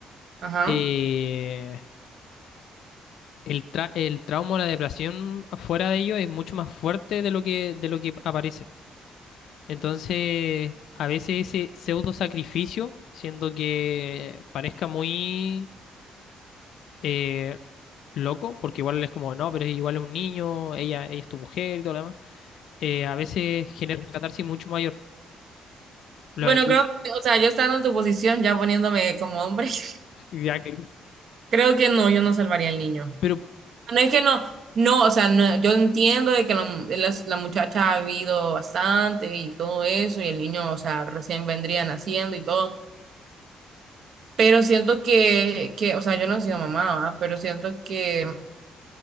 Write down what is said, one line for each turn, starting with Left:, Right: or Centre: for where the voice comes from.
Right: ajá.
Left: eh, el, tra- el trauma o la depresión fuera de ello es mucho más fuerte de lo que, de lo que aparece. Entonces, a veces ese pseudo sacrificio, siendo que parezca muy eh, loco, porque igual es como, no, pero igual es un niño, ella, ella es tu mujer y todo lo demás, eh, a veces genera una catarsis mucho mayor. Lo-
Right: Bueno,
Left: lo-
Right: creo que, o sea, yo estando en tu posición, ya poniéndome como hombre, <laughs>
Left: ya, que-
Right: creo que no, yo no salvaría al niño.
Left: pero
Right: No es que no, no, o sea, no, yo entiendo de que la, las- la muchacha ha vivido bastante y todo eso, y el niño, o sea, recién vendría naciendo y todo, pero siento que, que, o sea, yo no he sido mamá, ¿va? Pero siento que,